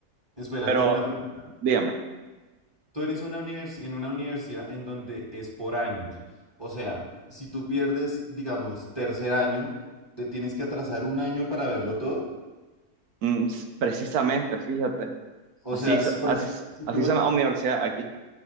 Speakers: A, on the right; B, on the right.
A: Espera,
B: Pero
A: tengo una pregunta.
B: dígame,
A: Tú eres una universi- en una universidad en donde es por años. O sea, si tú pierdes, digamos, tercer año, te tienes que atrasar un año para verlo todo.
B: mm, s- precisamente, fíjate,
A: O
B: así,
A: sea,
B: s-
A: si, por
B: así,
A: ejemplo,
B: s-
A: si
B: así
A: tú-
B: son las universidades aquí.